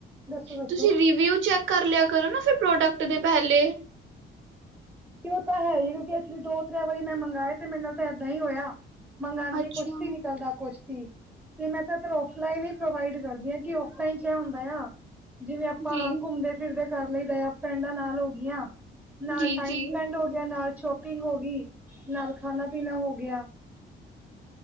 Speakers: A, in the centre; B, on the right.
A: ਦੱਸੋ ਦੱਸੋ
B: ਤੁਸੀਂ ਰਿਵਿਊ ਚੈੱਕ ਕਰ ਲਿਆ ਕਰੋ ਨਾ ਫਿਰ ਪ੍ਰੋਡਕਟ ਦੇ ਪਹਿਲੇ।
A: ਤੇ ਉਹ ਤਾਂ ਹੈ ਹੀ ਕਿਉਂਕਿ ਐਕਚੁਲੀ ਦੋ ਤ੍ਰ ਵਾਰੀ ਮੈਂ ਮੰਗਵਾਏ ਤੇ ਮੇਰੇ ਨਾਲ ਤਾਂ ਇਏਦਾਂ ਹੀ ਹੋਇਆ ਮੰਗਵਾਉਂਦੀ
B: ਅੱਛਾ
A: ਕੁਛ ਵੀ ਨਿਕਲਦਾ ਕੁਛ ਮੈਂ, ਤਾਂ ਔਫਲਾਈਨ ਹੀ ਪ੍ਰੋਵਾਈਡ ਕਰਦੀ ਆਂ ਕਿ ਫਲਾਈਨ ਕ ਹੁੰਦਾ ਆ ਜਿਵੇਂ ਆਪਾਂ
B: ਜੀ
A: ਘੁੰਮਦੇ ਫਿਰਦੇ ਕਰ ਲਈ ਰ ਫਰੈਂਡਾਂ ਨਾਲ ਹੋ ਗਈਆਂ, ਨਾਲ
B: ਜੀ
A: ਟਾਈਮ
B: ਜੀ
A: ਸਪੈਂਡ ਹੋ ਗਿਆ ਨਾਲ ਸ਼ੋਪਿੰਗ ਹੋ ਗਈ। ਨਾਲ ਖਾਣਾ ਪੀਣਾ ਹੋ ਗਿਆ।